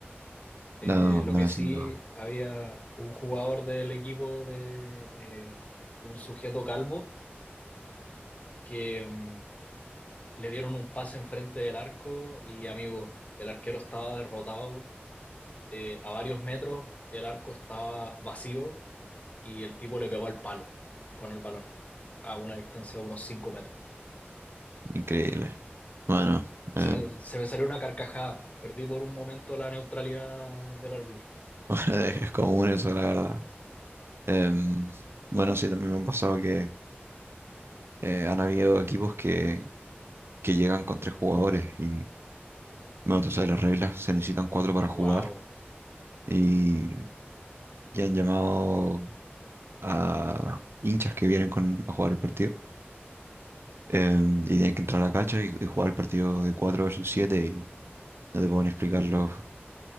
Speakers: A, on the right (about 70°); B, on the left (about 35°).
A: No,
B: Eh, lo
A: bueno,
B: que sí,
A: sin duda.
B: había un jugador del equipo de eh, un sujeto calvo que mm, le dieron un pase enfrente del arco y, amigo, el arquero estaba derrotado eh, a varios metros, el arco estaba vacío y el tipo le pegó al palo con el balón a una distancia de unos 5 metros.
A: Increíble. Bueno, eh,
B: Se me,
A: <laughs>
B: se me salió una carcajada. Perdí por un momento la neutralidad del árbitro.
A: bueno, es común eso, la verdad. Em, bueno, sí, también me han pasado que eh, han habido equipos que, que llegan con tres jugadores y, bueno, tú sabes, las reglas se necesitan cuatro para jugar
B: ¡Wow!
A: y, y han llamado a hinchas que vienen con, a jugar el partido em, y tienen que entrar a la cancha y, y jugar el partido de cuatro versus siete y no te pueden explicar los,